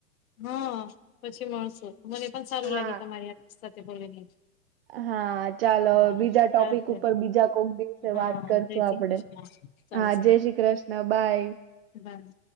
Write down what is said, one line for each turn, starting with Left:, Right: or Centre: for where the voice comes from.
Left: હા પછી મળશું મને પણ સારું
Right: હા.
Left: લાગે તમારી હા સાથે બોલીને.
Right: હા ચાલો
Left: હા
Right: બીજા ટોપિક
Left: ચાલશે
Right: ઉપર બીજા કોક દિવસે
Left: હા
Right: વાત કરશું
Left: જય શ્રી
Right: આપડે.
Left: કૃષ્ણ ચાલશે
Right: હા જય શ્રી ક્રશ્ર્ન બાય.
Left: બાય.